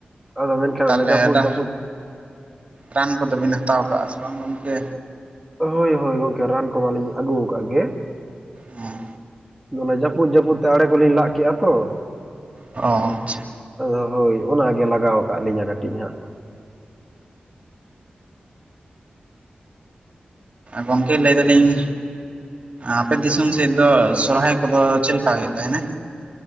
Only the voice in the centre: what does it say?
ᱟᱫᱚ ᱢᱮᱱᱠᱷᱟᱱ
ᱚᱱᱟ ᱡᱟᱹᱯᱩᱫ
ᱡᱟᱹᱯᱩᱫ
ᱦᱳᱭ ᱦᱳᱭ ᱜᱚᱝᱠᱮ ᱨᱟᱱ ᱠᱚᱢᱟᱞᱤᱧ ᱟᱜᱩ ᱠᱟᱜ ᱜᱮᱭᱟ᱾
ᱵᱚᱞᱮ ᱡᱟᱹᱯᱩᱫ ᱡᱟᱹᱯᱩᱫ ᱛᱮ ᱟᱲᱮ ᱠᱚᱞᱤᱧ ᱞᱟᱜ ᱠᱮᱫᱼᱟ ᱛᱚ,
ᱚ ᱦᱳᱭ ᱚᱱᱟᱜᱮ ᱞᱟᱜᱟᱣ ᱠᱟᱜ ᱞᱤᱧᱟᱹ ᱠᱟᱹᱴᱤᱡ ᱦᱟᱸᱜ᱾